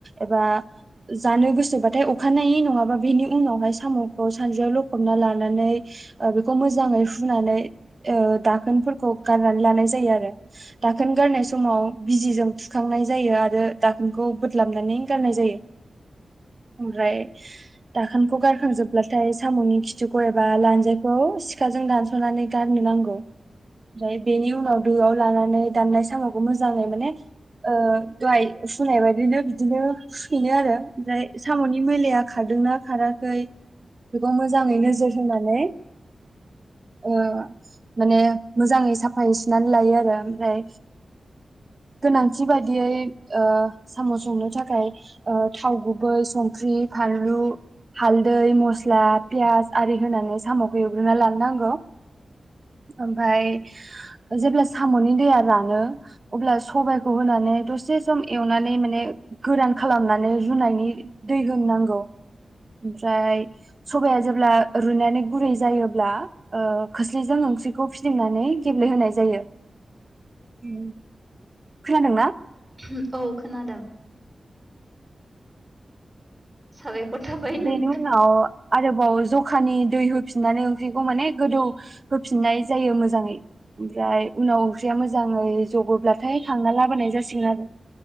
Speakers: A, on the right; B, on the right.
A: एबा जानो गोसोबाथाय अखानायै नङाबा बेनि उनावहाय सामखौ सानज्रियाव लखबना लानानै ओ बेखौ मोजाङै हुनानै दाखोनफोरखौ गारनानै लानाय जायो आरो दाखोन गारनाय सम समाव बिजिजों थुखावनाय जायो आरो दाखोनखौ बोदलाबनानै गारनाय जायो ओमफ्राय दाखोनखौ गारखांजोबब्लाथाय साम'नि खिथिुखौ एबा लानजायखौ सिखाजों दानस'नानै गारनो नांगौ ओमफ्राय बेनि उनाव दोआव लानानै दाननाय सामखौ मोजाङै माने ओ दहाय फुनाय बायदिनो बिदिनो फुफिनो आरो ओमफ्राय साम'नि मैलाया खारदोंना खाराखै बेखौ मोजाङै नोजोर होनानै ओ माने मोजाङै साफायै सुनानै लायो आरो ओमफ्राय गोनां बिबायदियै ओ सामस संनो थाखाय ओ थाव गुबै संख्रि फानलु हालदै मस्ला पियास आरि होनानै सामखौ एवग्रोना लानो नांगौ ओमफफ्राय जेब्ला सामनि दैया रानो अब्ला सबाइखौ होनानै दसे सम एवनानै माने गोरान खालामनानै रुनायनि दै होनांगौ ओमफ्राय सबाया जेब्ला रुनानै गुरै जायोब्ला ओ खोस्लिजों ओंख्रिखौ फिदिंनानै गेब्लेहोनाय जायो। उम खोनादोंना?
B: <unintelligible> औ खोनादों साबायखर थाबाय नों
A: बेनि उनाव आरोबाव जखानि दै होफिननानै ओंख्रिखौ माने गोदौ होफिननाय जायो मोजाङै ओमफ्राय उनाव ओंख्रिया मोजाङै जबोब्लाथाय खांना लाबोनाय जासिगोन आरो।